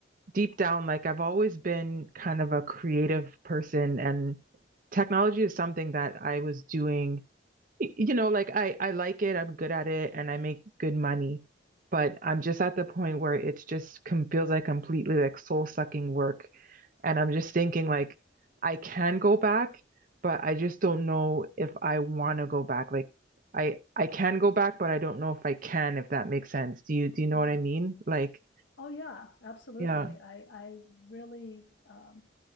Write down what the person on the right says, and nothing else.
deep down, like I've always been kind of a creative person and technology is something that I was doing you know, like I I like it, I'm good at it, and I make good money, but I'm just at the point where it's just com feels like completely like soul-sucking work, and I'm just thinking like I can go back, but I just don't know if I want to go back. Like I I can go back, but I don't know if I can, if that makes sense. Do you do you know
what I mean? Like
yeah.